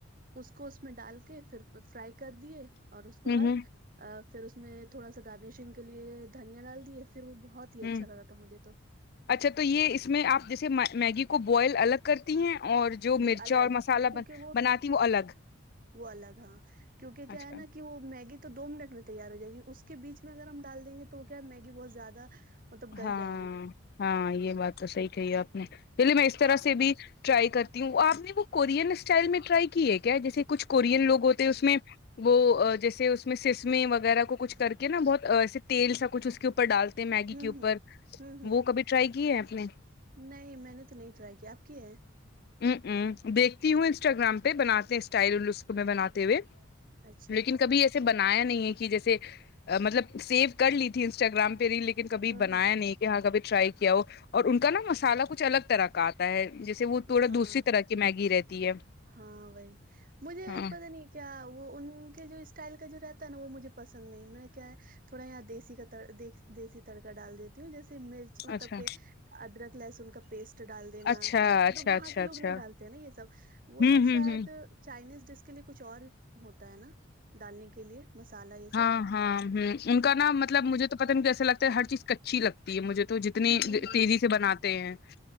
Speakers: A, on the right; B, on the left.
A: اس کو اس میں ڈال کے پھر فرائی کر دیے اور اس کے
B: ہوں
A: بعد
B: ہوں
A: آ پھر اس میں تھوڑا سا گارنشنگ کے لیے دھنیا دال پھر وہ بہت ہی اچھا
B: ہوں
A: لگا تھا مجھے تو
B: اچھا تو یہ اس میں آپ جیسے میگی کو بوائل الگ کرتی ہیں اور جو مرچی
A: جی الگ
B: اور مسالہ
A: کیونکہ
B: بناتی وہ الگ
A: وہ الگ ہاں کیونکہ کیا
B: اچھا
A: ہے نا کہ وہ میگی تو دو منٹ میں تیار ہو جائے گی اس کے بیچ میں اگر ہم ڈال دیں گے تو کیا میگی بہت زیادہ مطلب گل
B: ہاں
A: جائے گی
B: ہاں یہ بات تو صحیح کہی ہے آپ نے چلیے میں اس طرح
A: تو آپ
B: سے بھی ٹرائی کرتی ہوں آپ نے وہ کورین اسٹائل میں ٹرائی کی ہے کیا جیسے کچھ کورین لوگ ہوتے
A: ہوں
B: ہیں اس میں وہ جیسے اس میں سسمے وغیرہ کو کچھ کر کے نا بہت ایے تیل سا کچھ اس کے پر ڈالتے ہیں میگی
A: ہوں
B: کے اوپر
A: ہوں ہوں
B: وہ کبھی ٹرائی کی ہے آپ نے
A: نہیں میں نے تو نہیں ٹرائی کیا آپ کی ہیں
B: ہ ہ دیکھتی ہوں انسٹاگرام پہ بناتے ہیں اسٹائل لسک میں بناتے ہوئے
A: اچھا
B: لیکن کبھی ایسا بنایا نہیں کہ جیسے مطلب سیو کر لی تھی انسٹاگرام پہ ریل پھر کبھی
A: ہوں
B: بنایا
A: ہوں
B: نہیں یہاں کبھی ٹرائی کیا ہو اور ان کا نا مسالا کچھ الگ طرح کا آتا ہے جیسے وہ تھوڑا
A: ہاں
B: دوسری طرح کی میگی رہتی ہے
A: ہاں وہی مجھے
B: ہاں
A: پتا نہیں کیا وہ ان کے جو اسٹائل کا جو رہتا ہے نا وہ مجھے پسند نہیں میں کیا ہے تھوڑا یہاں دیسی کا دیسی تڑکا ڈال دیتی ہوں جیسے مرچ مطلب
B: اچھا
A: کہ ادرک لہسن کا پیسٹ ڈال دینا
B: اچھا اچھا
A: مطلب وہاں
B: اچھا
A: کے لوگ
B: اچھا
A: نہیں ڈالتے ہیں نا یہ سب وہ
B: ہوں
A: لوگ
B: ہوں
A: شاید
B: ہوں
A: چائنیز ڈس کے لیے کچھ اور ہوتا ہے نا ڈالنے کے لیے مسالہ یہ
B: ہاں
A: سب
B: ہاں ہ ان کا نا مطلب مجھے تو پتا نہیں کیسا لگتا ہے ہر چیز کچی لگتی ہے مجھے تو جتنی
A: ہوں
B: اتنی
A: ہوں
B: تیزی سے بناتے ہیں